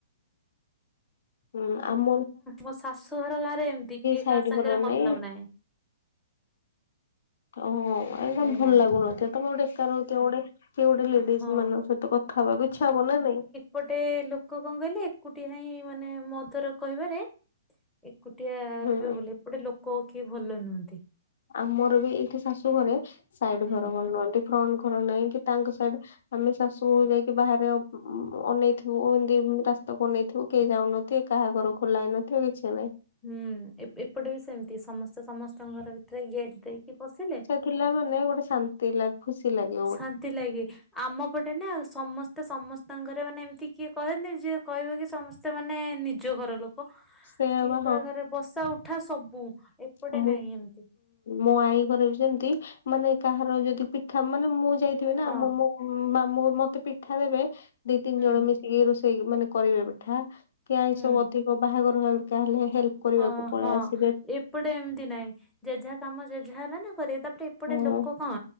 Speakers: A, in the centre; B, on the left.
A: ଆ
B: ହୁଁ ଆମ୍
A: ମୋ ଶାଶୁ ଘର ଗାଁ ରେ ଏମିତି କିଏ
B: ସାଇଡ
A: କାହା ସାଙ୍ଗରେ
B: ଘର ନାଇଁ
A: ମତଲବ ନାହିଁ।
B: ଓହ ଏକଦମ
A: ନାଇଁ
B: ଭଲ
A: ନା
B: ଲାଗୁନଥିବ ତମେ ଗୋଟେ ଏକା ରହୁଥିବ ଗୋଟେ କିଏ ଗୋଟେ ଲେଡିଜ୍‌
A: ହଁ।
B: ମାନଙ୍କ ସହିତ କଥା ହବାକୁ ଇଛା ହବ ନା ନାଇଁ।
A: ଗୋଟେ ଲୋକ କଣ କହିଲେ ଏକୁଟିଆ ହିଁ ମାନେ ମଧୁର କହିବାରେ ଏକୁଟିଆ
B: ହୁଁ
A: ରହିବ ବୋଲି ଏପଟେ ଲୋକ କିଏ ଭଲ ନୁହନ୍ତି
B: ଆମର ବି ଏଠି ଶାଶୁ ଘରେ ସାଇଡ
A: ହୁଁ
B: ଘର ଭଲ ନୁହଁନ୍ତି ଫ୍ରଣ୍ଟ ଘର ନାହିଁ କି ତାଙ୍କ ସାଇଡ ଆମେ ଶାଶୁ ବୋହୂ ଯାଇକି ବାହାରେ ଅନେଇଥିବୁ ଏମିତି ରାସ୍ତାକୁ ଅନେଇଥିବୁ କେହି ଯାଉନଥି ଟେ କାହା ଘର ଖୋଲାଇନଥିବ କିଛି ନାଇଁ
A: ହୁଁ ଏପଟେ ବି ସେମିତି ସମସ୍ତେ ସମସ୍ତଙ୍କ ଘର ଭିତରେ ଗେଟ୍ ଦେଇକି ପଶିଲେ
B: ପିଲା ମାନେ ଗୋଟେ ଶାନ୍ତି ଲାଗେ ଖୁସି ଲାଗେ।
A: ଶାନ୍ତି ଲାଗେ ଆମ ପଟେ <unintelligible> ଟ ନାଉ ସମସ୍ତେ ସମସ୍ତଙ୍କରେ ମାନେ ଏମିତି କିଏ କହନ୍ତି ଯିଏ କହିବ କି ସମସ୍ତେ ମାନେ ନିଜ ଘର ଲୋକ
B: ସେୟା
A: କିଏ
B: ବା
A: କାହା ଘରେ ବସା ଉଠା ସବୁ ଏପଟେ
B: ଅଁ ହଁ।
A: ନାହିଁ ଏମିତି
B: ମୋ ଆଈ ଘରେ ବି ଯେମତି ମାନେ କାହାର ଯଦି ପିଠା ମାନେ ମୁଁ ଯାଇଥିବି ନା
A: ହଁ
B: ମାମୁ ମତେ ପିଠା ଦେବେ ଦି ତିନି
A: ହୁଁ
B: ଜଣ ମିଶିକି ରୋଷେଇ ମାନେ କରିବେ ପିଠା କେ
A: ହୁଁ
B: ସବୁ ଅଧିକ ବାହାଘର ହେଲ ହେଲେ ହେଲ୍ପ କରିବାକୁ
A: ଅଁ
B: ପଳେଇ
A: ହଁ।
B: ଆସିବେ।
A: ଏପଟେ ଏମିତି ନାଇଁ ଜେ ଯାହା କାମ ଜେ ଯା ହେଲା ନା କର ତାପରେ ଏପଟେ
B: ହଁ
A: ଲୋକ କଣ